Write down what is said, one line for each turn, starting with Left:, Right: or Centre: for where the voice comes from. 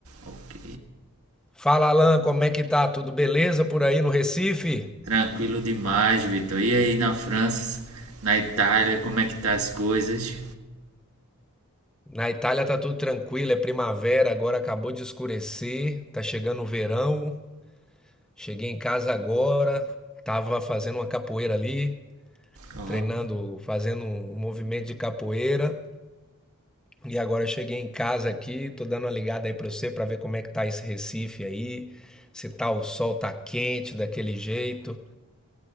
Right: Ok.
Centre: Fala, Alan, como é que tá? Tudo beleza por aí no Recife?
Right: Tranquilo demais, Vitor. E aí na França, na Itália, como é que tá as coisas?
Centre: Na Itália tá tudo tranquilo, é primavera, agora acabou de escurecer, tá chegando o verão. Cheguei em casa agora, tava fazendo uma capoeira ali,
Right: Ó,
Centre: treinando, fazendo um movimento de capoeira. E agora cheguei em casa aqui, tô dando uma ligada aí pra você pra ver como é que tá esse Recife aí, se tá o sol tá quente daquele jeito.